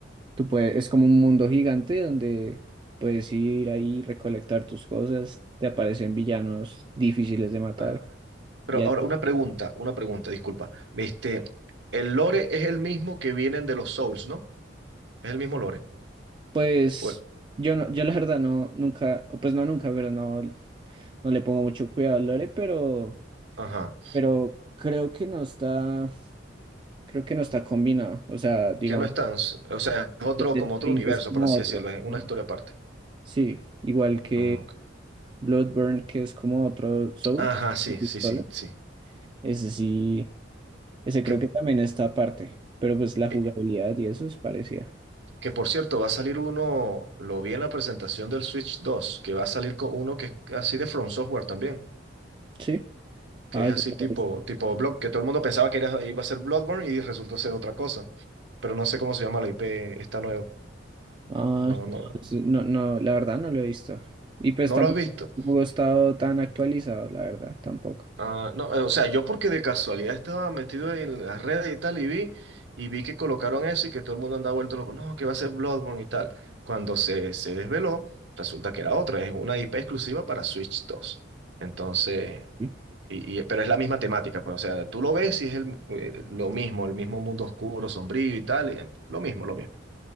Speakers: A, on the right; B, on the right.
A: tú puedes, es como un mundo gigante donde puedes ir ahí, recolectar tus cosas, te aparecen villanos difíciles de matar.
B: Ajá. Pero
A: Y así,
B: ahora una pregunta, una pregunta, disculpa. Este, el lore es el mismo que vienen de los Souls, ¿no? Es el mismo lore.
A: pues,
B: O-
A: yo no, yo la verdad no, nunca, pues no nunca, pero no, no le pongo mucho cuidado al lore, pero,
B: Ajá.
A: pero creo que no está. Creo que no está combinado. O sea, digamos,
B: Que no están, s- o sea, es otro,
A: el del
B: como otro
A: Ring
B: universo,
A: es como
B: por así
A: otro.
B: decirlo, es una
A: Ajá.
B: historia aparte.
A: Sí, igual que
B: Ah, ok.
A: Bloodburn, que es como otro Soul,
B: Ajá, sí,
A: con pistola.
B: sí, sí, sí.
A: Ese sí, ese creo
B: Que,
A: que también está aparte. Pero pues la
B: eh,
A: jugabilidad y eso es parecida.
B: que por cierto, va a salir uno, lo vi en la presentación del Switch dos que va a salir con uno que es así de From Software también,
A: Sí.
B: que
A: Ah,
B: es
A: ese
B: así
A: no
B: tipo,
A: lo he visto.
B: tipo Blood, que todo el mundo pensaba que era, iba a ser Bloodborne y resultó ser otra cosa. Pero no sé cómo se llama la IP, está nueva.
A: Ah,
B: No, no,
A: sí, no, no, la verdad no lo he visto. Y pues
B: no
A: tampoco
B: lo has visto.
A: he estado tan actualizado, la verdad, tampoco.
B: Ah, no, eh, o sea, yo porque de casualidad estaba metido en las redes y tal y vi y vi que colocaron eso y que todo el mundo andaba vuelto loco, no, que va a ser Bloodborne y tal. Cuando se, se desveló, resulta que era otra, es una IP exclusiva para Switch dos. Entonces,
A: Sí.
B: y, y- pero es la misma temática, pues, o sea, tú lo ves y es el, eh, lo mismo, el mismo mundo oscuro, sombrío y tal, y, eh, lo mismo, lo mismo.